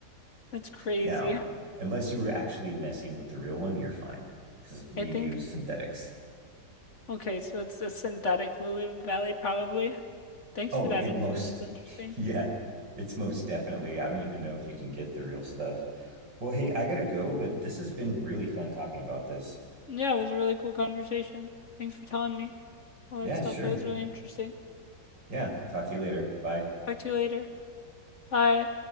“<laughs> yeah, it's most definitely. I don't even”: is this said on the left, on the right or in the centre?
Right